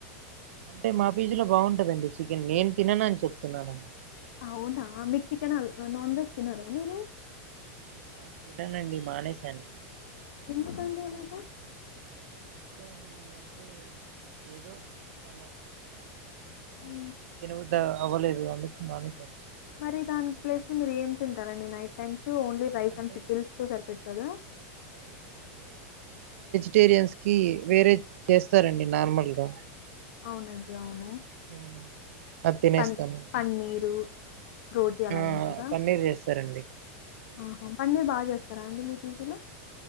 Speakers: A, on the right; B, on the left.
A: అంటే మా పీజీలో బాగుంటదండి చికెన్ నేను తినను అని చెప్తున్నానండి
B: అవునా మిక్ చికెన్ నాన్ వెజ్ తినరా మీరు
A: ఆ తిననండి మానేసాను
B: ఎందుకండి అలాగ
A: అంతే అండి అంటే ఏదో అలా
B: హ్మ్.
A: ఎమో తినబుద్ధి అవ్వలేదు అందుకు మానేసా
B: మరి దానికి ప్లేస్ మీరు ఏం తింటారండి night times only rice
A: అంటే
B: and పికిల్స్ తో సరిపెడ్తరా
A: టేరియన్స్ కి వేరే చేస్తారండి నార్మల్గా
B: అవునండి అవును
A: ఉ అది తినేస్తాను
B: పన్ పన్నీరు, రోటీ అలా
A: ఆ
B: తింటారా
A: పన్నీర్ చేస్తారండి
B: ఆహా పన్నీర్ బాగా చేస్తారా అండి మీ పీజీ లో